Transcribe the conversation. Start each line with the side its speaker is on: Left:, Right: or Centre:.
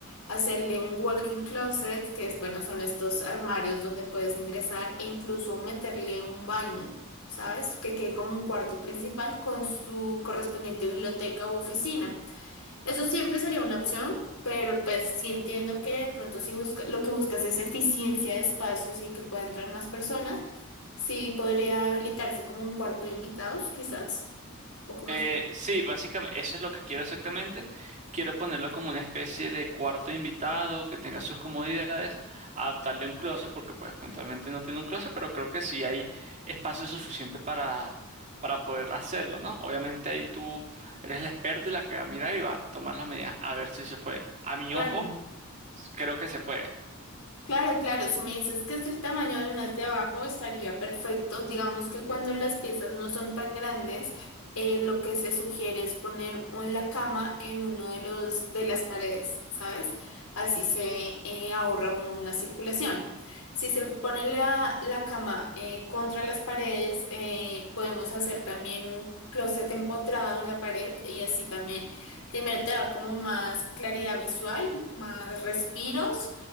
Left: hacerle un walk-in closet, que es bueno, son estos armarios donde puedes ingresar e incluso meterle un baño, ¿sabes? Que quede como un cuarto principal con su correspondiente biblioteca u oficina. Eso siempre sería una opción, pero pues sí entiendo que de pronto si busca, lo que buscas es eficiencia de espacios y que pueda entrar más personas, sí podría habilitarse como un cuarto de invitados, quizás, un poco más.
Right: Eh, sí, básicamente eso es lo que quiero exactamente. Quiero ponerlo como una especie de cuarto invitado que tenga sus comodidades, adaptarle un closet, porque pues puntualmente no tiene un closet, pero creo que sí hay espacio suficiente para, para poder hacerlo, ¿no? Obviamente ahí tú eres la experta y la que va a mirar y va a tomar las medidas a ver si se puede. A mi
Left: Claro.
Right: ojo, creo que se puede.
Left: Claro, claro, si me dices que es el tamaño de unas de abajo, estaría perfecto. Digamos que cuando las piezas no son tan grandes, eh, lo que se sugiere es poner un- la cama en uno de los de las paredes, ¿sabes? Así se eh, ahorra uno una circulación. Si se pone la, la cama eh, contra las paredes, eh, podemos hacer también un closet empotrado en la pared y así también, primero te da como más claridad visual, más respiros.